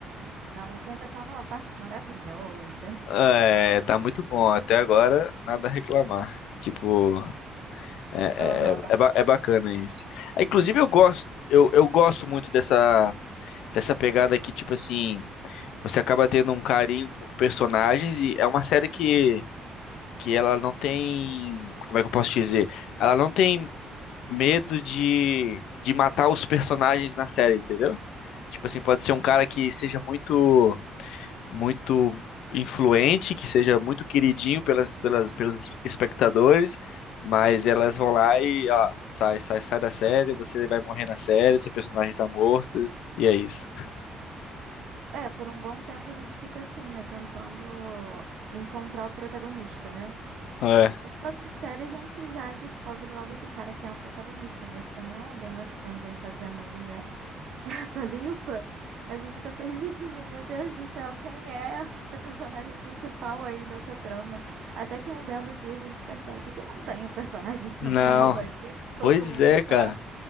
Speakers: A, on the right; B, on the left.
A: Não, você ainda tá numa parte maravilhosa.
B: É, tá muito bom até agora, nada a reclamar. Tipo, É,
A: Aham.
B: é, é, ba- é bacana isso. É, inclusive, eu gosto, eu, eu gosto muito dessa, dessa pegada que, tipo assim, você acaba tendo um carinho por personagens e é uma série que, que ela não tem, como é que eu posso dizer? Ela não tem medo de, de matar os personagens na série, entendeu? Tipo assim, pode ser um cara que seja muito muito influente, que seja muito queridinho pelas, pelas, pelos espectadores, mas elas vão lá e, ó, sai, sai, sai da série, você vai morrer na série, seu personagem tá morto, e é isso.
A: É, por um bom tempo a gente fica assim, né? Tentando encontrar o protagonista, né?
B: É.
A: Porque toda série a gente já descobre logo de cara quem é o protagonista, mas como o Game of Thrones vem fazendo aí, né? <laughs> Essa limpa, a gente fica perdidinho. Meu Deus do céu, quem é o personagem principal aí dessa trama? Até que um belo dia a gente percebe que não tem o personagem <laughs> central
B: Não.
A: aí. Todo
B: Pois
A: mundo
B: é,
A: tá,
B: cara.